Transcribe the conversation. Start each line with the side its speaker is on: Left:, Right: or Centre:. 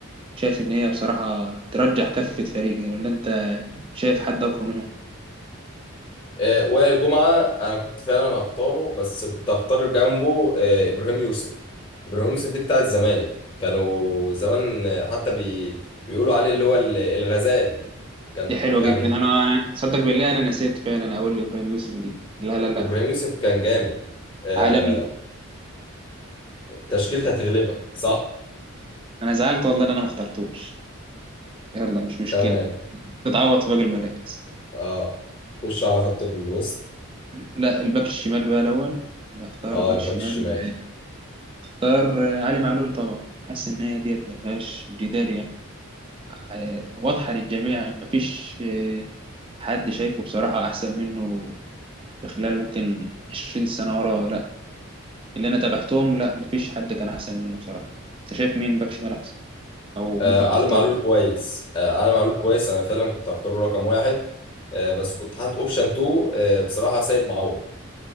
Right: شايف ان هي بصراحة ترجح كفة فريقي ولا انت شايف حد اقوى منهم
Left: آه وائل جمعه انا كنت فعلا هختاره بس كنت هختار جنبه آه ابراهيم يوسف ابراهيم يوسف دي بتاع الزمالك كانوا زمان آه، حتى بي بيقولوا عليه اللي هو ال- الغزال كان
Right: دي حلوه
Left: يعني
Right: جدا انا انا صدق بالله انا نسيت فعلا اقول لابراهيم يسري دي لا لا لا
Left: ابراهيم يوسف كان جامد آه
Right: عالمي
Left: تشكيلتي هتغلبك صح
Right: انا زعلت والله ان انا ما اخترتوش يلا مش مشكله
Left: تمام
Right: تتعوض في باقي المراكز
Left: اه خش على خط الوسط
Right: لا الباك الشمال بقى الاول اللي اختار
Left: اه
Right: باك
Left: الباك
Right: شمال
Left: الشمال
Right: اختار علي معلول طبعا حاسس ان هي ديت ما فيهاش جدال يعني آه، واضحه للجميع ما فيش آه، حد شايفه بصراحه احسن منه في خلال ممكن 20 سنه ورا لا اللي انا تابعتهم لا ما فيش حد كان احسن منه بصراحه انت شايف مين باك شمال احسن او
Left: آه
Right: ممكن تختار
Left: علي معلول كويس آه علي معلول كويس انا فعلا كنت هختاره رقم واحد آه بس كنت حاطط اوبشن 2 آه بصراحه سيد معوض